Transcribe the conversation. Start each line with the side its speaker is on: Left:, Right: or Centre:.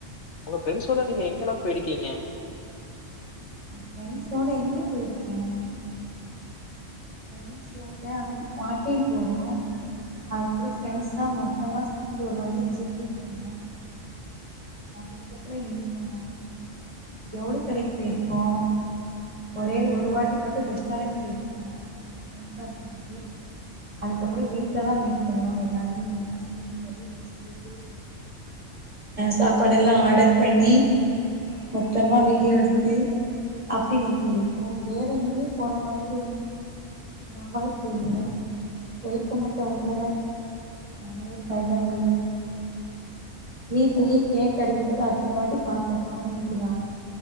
Left: உங்க ஃப்ரெண்ட்ஸோட நீங்க எங்கெல்லாம் போயிருக்கீங்க
Right: என் ஃப்ரெண்ட்ஸோட எங்க போயிருக்கேன் ஃப்ரண்ட்ஸோட வாக்கிங் போறோம் அதுக்கப்புறம் ஃப்ரண்ட்ஸா மொத்தமா சேர்ந்து ஒரு வாட்டி ஜி கே போனோம் அதுக்கப்புறம் இங்க போனோம் ஜவுளி கடைக்கு போயிருக்கோம் ஒரே ஒரு வாட்டி மட்டும் ரெஸ்டாரண்ட் போயிருக்கோம் ஃப்ரண்ட்ஸா சேர்ந்து அதுக்கறம் வீட்டுலதான் மீட் பண்ணுவோம் எல்லாருமே ஒன்ன சேர்ந்து வெளியே பேசிட்டு சாப்ட் பாட எல்லாம் ஆடர் பண்ணி மொத்தமா வீடியோ எடுத்து அப்படி மீட் பண்ணிருக்கோம் வேற எங்கேயும் போன மாதிரி ஞாபகத்துல இல்ல போயிருக்க மாட்டோம் அது வேற அவனே ஒரு பயந்த கோலி வீட்லயே
Left: ஓ
Right: கேட்டுஅடிக்கும்போது அத்தன வாட்டி பாப்பேன் பாம்பு நிக்குதா